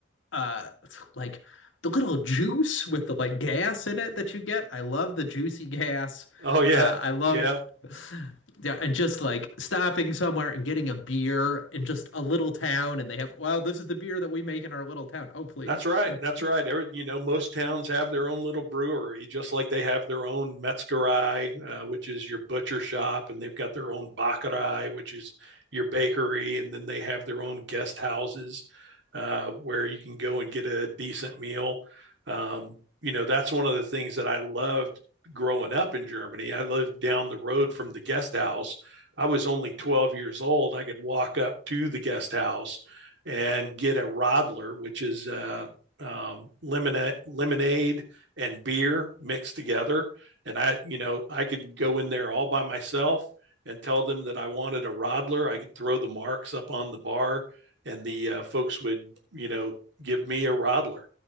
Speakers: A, on the left; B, on the right.
A: uh like the little juice with the like gas in it that you get. I love the juicy gas.
B: oh yeah,
A: Uh, I love
B: yeah.
A: yeah, and just like stopping somewhere and getting a beer in just a little town, and they have, well, this is the beer that we make in our little town. Oh, please.
B: That's right. That's
A: <laughs>
B: right. Every, you know, most towns have their own little brewery, just like they have their own metzgerai, uh, which is your butcher shop, and they've got their own Bäckerei, which is your bakery, and then they have their own guest houses uh, where you can go and get a decent meal. Um, you know, that's one of the things that I loved growing up in Germany. I lived down the road from the guest house. I was only 12 years old. I could walk up to the guest house and get a Rodler, which is uh, um, lemonade, lemonade and beer mixed together. And I, you know, I could go in there all by myself and tell them that I wanted a Rodler. I could throw the marks up on the bar, and the uh, folks would, you know, give me a Rodler.